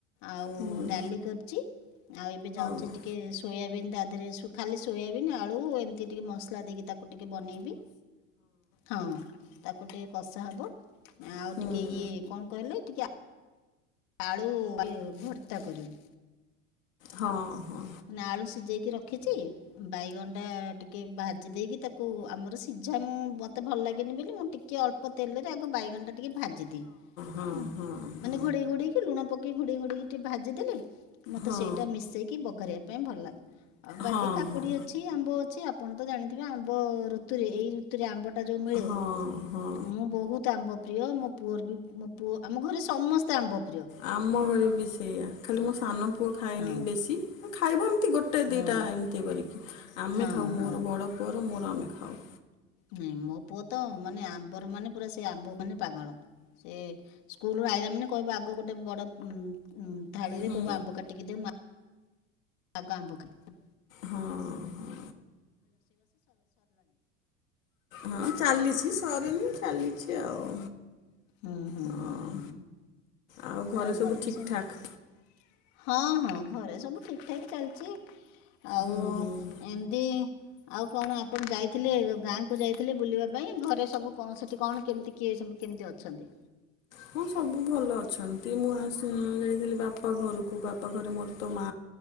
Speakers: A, on the left (about 60°); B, on the left (about 80°).
A: ଆଉ
B: ହୁଁ
A: ଡାଲି କରିଛି। ଆଉ ଏବେ ଯାଉ
B: ହଁ।
A: ଟିକେ ସୋୟାବିନ୍ ତା ଦେହରେ। ଖାଲି ସୋୟାବିନ୍, ଆଳୁ ଏମିତି ଟିକେ ମସଲା ଦେଇକି ତାକୁ ଟିକେ ବନେଇବି। ହଁ ତାକୁ ଟିକେ କଷା ହବ। ଆଉ
B: ହୁଁ
A: ଟିକେ ଇଏ। କଣ କହିଲେ? ଟିକେ ଆଳୁ ଭର୍ତ୍ତା କରିବି।
B: ହଁ ହଁ
A: ନା ଆଳୁ ସିଜେଇକି ରଖିଚି ବାଇଗଣ ଟା ଟିକେ ଭାଜି ଦେଇକି ତାକୁ କୁ ଆମର ସିଝା ମୁଁ ମତେ ଭଲ ଲାଗେନି ବେଲି ମୁଁ ଟିକେ ଅଳ୍ପ ତେଲେରେ ଆଗ ବାଇଗଣ ଟା ଟିକେ ଭାଜିଦିଏ
B: ହଁ
A: ଉଁ
B: ହଁ
A: ମାନେ ଘୋଡେଇ ଘୋଡେଇକି ଲୁଣ ପକେଇ ଘୋଡେଇ ଘୋଡେଇକି ଟିକେ ଭାଜିଦେଲେ ମତେ
B: ହଁ ହଁ ହଁ ହଁ ହଁ
A: ସେଇଟା ମିଶେଇକି ବ କରିବା ପାଇଁ ଭଲ ଲାଗେ ଆଉ ବାକି
B: ହଁ
A: କାକୁଡି
B: ହଁ
A: ଅଛି ଆମ୍ବ ଅଛି ଆପଣ ତ ଜାଣିଥିବେ ଆମ୍ବ ଋତୁରେ ଏଇ ଋତୁରେ ଆମ୍ବ ଟା ଯୋଉ ମିଳେ
B: ହଁ ହଁ
A: ମୁଁ ବହୁତ ଆମ୍ବ ପ୍ରିୟ ମୋ ପୁଅର ବି ମୋ ପୁଅ ଆମ ଘରେ ସମସ୍ତେ ଆମ୍ବ ପ୍ରିୟ।
B: ଆମ ଘରେ ବି ସେଇଆ ଖାଲି ମୋ ସାନ ପୁଅ ଖାଏନି
A: ହଁ
B: ବେଶୀ ଖାଇବ ଏମତି ଗୋ ଟେ
A: ହଁ
B: ଦିଟା ଏମତି କରିକି ଆମେ
A: ହଁ
B: ଖାଉ ମୋର
A: ହଁ
B: ବଡ଼ ପୁଅର ମୋର ଆମେ ଖାଉ।
A: ନାଇଁ ମୋ ପୁଅ ତ ମାନେ ଆମ୍ବର ମାନେ ପୁରା ସେ ଆମ୍ବ ମାନେ ପାଗଳ ସେ। ସ୍କୁଲରୁ ଆଇଲା ମାନେ କହିବ ଆଗ ଗୋଟେ ବଡ଼ ଉଁ ଥାଳିରେ
B: ହୁଁ
A: କହିବ ଆମ୍ବ କାଟିକି ଦେ ମୁଁ ଆ ଆଗ ଆମ୍ବ ଖାଇବି।
B: ହଁ ହଁ ହଁଚାଲିଛି ସରିନି ଚାଲିଚି ଆଉ।
A: ହୁଁ ହୁଁ।
B: ହଁ
A: ହୁଁ ହୁଁ
B: ଆଉ ଘରେ
A: ଆମର
B: ସବୁ
A: ବି
B: ଠିକ୍
A: ସେମତି
B: ଠାକ୍
A: ହଁ ହଁ ଘରେ ସବୁ ଠିକ୍ ଠାକ୍ ଚାଲଚି। ଆଉ
B: ହୁଁ ହୁଁ
A: ଏମତି। ଆଉ କଣ ଆପଣ ଯାଇଥିଲେ ଗାଁ କୁ ଯାଇଥିଲେ ବୁଲିବା ପାଇଁ ଘରେ ସବୁ କଣ ସେଠି କଣ କେମିତି? କିଏ ସବୁ କେମତି ଅଛନ୍ତି?
B: ହଁ ସବୁ ଭଲ ଅଛନ୍ତି ମୁଁ ଆ ସେ ଯାଇଥିଲି ବାପା ବାପା ଘରୁକୁ ବାପା ଘରେ ମୋର ତ ମା